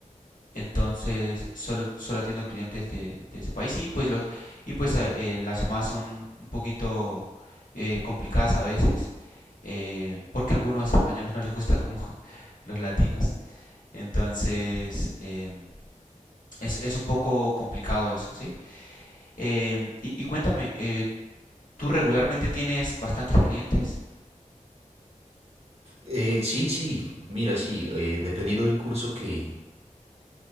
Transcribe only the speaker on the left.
Entonces solo, solo atiendo clientes de, de ese país y pues los y pues a- eh, las llamadas son un poquito eh, complicadas a veces eh, porque a algunos españoles no les gusta como <laughs> los latinos. Entonces em, es, es un poco complicado eso, ¿sí? Em, y, y cuéntame, eh, ¿tú regularmente tienes bastantes clientes?